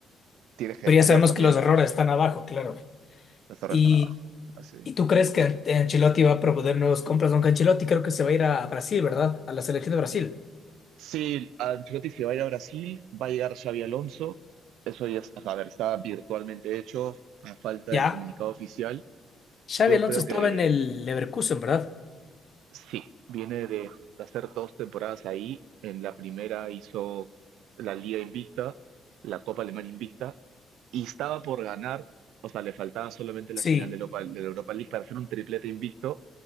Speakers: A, on the right (about 85°); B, on the left (about 50°).
A: tienes que
B: pero
A: defender
B: ya sabemos
A: también,
B: que los errores están abajo, claro.
A: el Torres
B: ¿Y,
A: está abajo. Así.
B: y tú crees que An- Ancelotti va a proponer nuevas compras? Aunque Ancelotti creo que se va a ir a Brasil, ¿verdad? A la selección de Brasil.
A: Sí, Ancelotti se va a ir a Brasil, va a llegar Xavi Alonso, eso ya está, a ver, está virtualmente hecho a falta
B: ¿Ya?
A: del comunicado oficial.
B: Xavi
A: Yo
B: Alonso
A: creo
B: estaba
A: que
B: en el Leverkusen, ¿verdad?
A: sí, viene de, de hacer dos temporadas ahí, en la primera hizo la Liga Invicta, la Copa Alemana Invicta, y estaba por ganar, o sea, le faltaba solamente la
B: Sí,
A: final de, Lopa- de la Europa League para hacer un triplete invicto